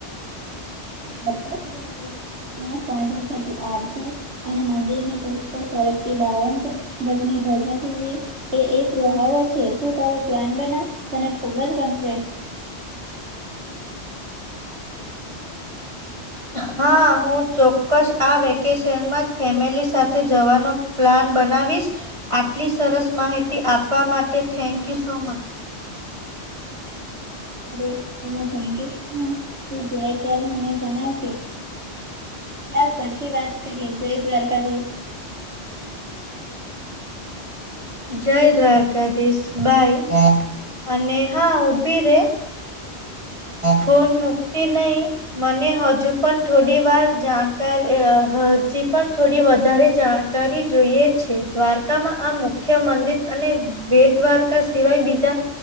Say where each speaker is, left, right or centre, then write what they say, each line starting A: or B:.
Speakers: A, on the right (about 80°); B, on the right (about 25°).
A: વપસ જે ત્યાં સાંજા સા આરતે અને મંદિર ની ટોચ પર ફરકતી બાવન ગજની ધજા જોડી એ એક વહાળો છે તું તારો પ્લાન બનાવ તને ખુબ જ ગમશે.
B: હા હું ચોક્કસ આ વેકેશનમાં જ ફેમિલી સાથે જવાનો પ્લાન બનાવીશ આટલી સરસ માહિતી આપવા માટે થેંકયુ સોમચ.
A: અરે આમાં થેંક્યું. સાધુ તું જાય ત્યારે મને જણાવજે. ચાલ પછી વાત કરીએ જય દ્વારકાધીશ.
B: જય દ્વારકાધીશ બાય. અને હા ઉભી રે ફોન મુક્તિ નહી. મને હજુ પણ થોડી વાર જાણકારી હજી પણ થોડી વધારે જાણ કરી જોઈએ છે. દ્વારકામાં આ મુખ્ય મંદિર અને બેટ દ્વારકા સિવાય બીજા